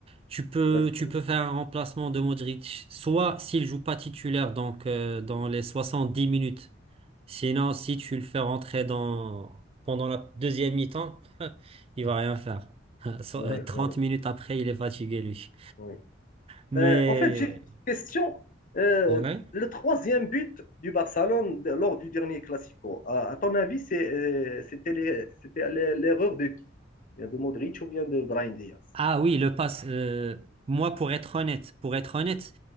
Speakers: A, on the right; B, on the left.
A: Tu peux,
B: Exactement.
A: tu peux faire un remplacement de Modric, soit s'il joue pas titulaire, donc euh, dans les soixante dix minutes. Sinon, si tu le fais rentrer dans pendant la deuxième mi-temps, <laughs> il va rien faire. <laughs> So-
B: Oui,
A: euh, 30
B: oui,
A: minutes après, il est fatigué lui.
B: oui.
A: Mais
B: Euh, en fait, j'ai une petite question. Euh,
A: ouais.
B: le troisième but du Barcelone de- lors du dernier Classico, à, à ton avis, c'est, euh, c'était les- c'était l'e- l'erreur de qui? Bien De Modric ou bien de Brahim Diaz?
A: Ah oui, le pass. euh, moi, pour être honnête, pour être honnête,